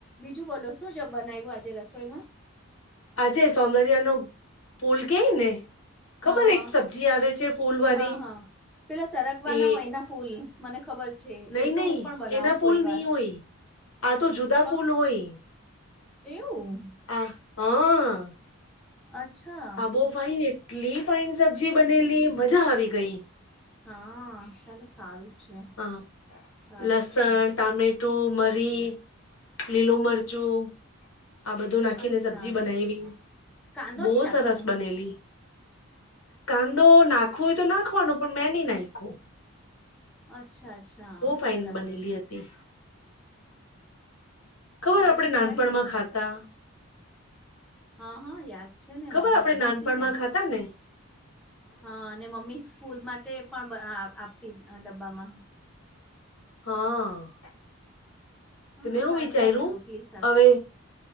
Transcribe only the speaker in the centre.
બીજું બોલો શું જ બનાવ્યું આજે રસોઈમાં.
હા
હા
હા હા પેલા સરગવાના
હોય એના ફૂલ. મને ખબર છે
એ તો
હું પણ બનાવું
કોઈ વાર
તો.
એવું.
અચ્છા.
હા ચાલો સારું. છે
સારું
છે
અચ્છા
કાંદો
નહીં નાખવાનું
અચ્છા અચ્છા
બરાબર.
સારું
કેવાય
ને.
હા હા યાદ છે ને
મમ્મી
બનાવતી
ને
હા અને મમ્મી. સ્કૂલ માટે પણ આપતી ડબ્બામાં.
હા
સારી
લાગે રોટલી સાથે